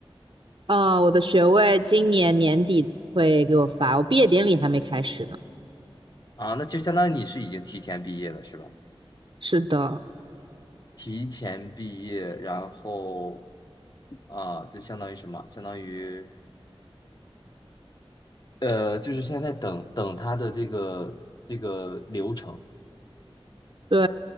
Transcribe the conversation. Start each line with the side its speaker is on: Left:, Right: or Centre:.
Right: 嗯，我的学位今年年底会给我发，我毕业典礼还没开始呢。
Left: 啊，那就相当于你是已经提前毕业了，是吧？
Right: 是的，
Left: 提前毕业，然后啊，就相当于什么？相当于呃，就是现在等等他的这个这个流程，
Right: 对，